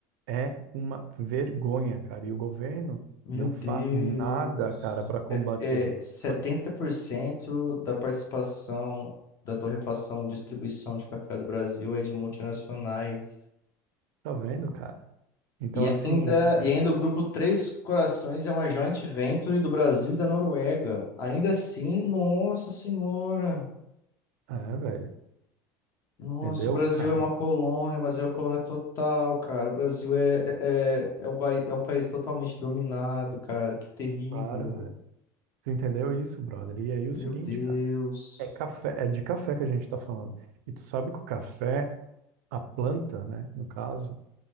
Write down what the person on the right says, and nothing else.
é uma vergonha, cara. E o governo
não faz
nada, cara, para combater.
Faz-
Tá vendo, cara? Então,
assim, é,
é, velho,
entendeu,
cara?
Claro, velho. Tu entendeu isso, brother? E aí o
seguinte,
cara, é café, é de café que a gente tá falando. E tu sabe que o café, a planta, né, no caso,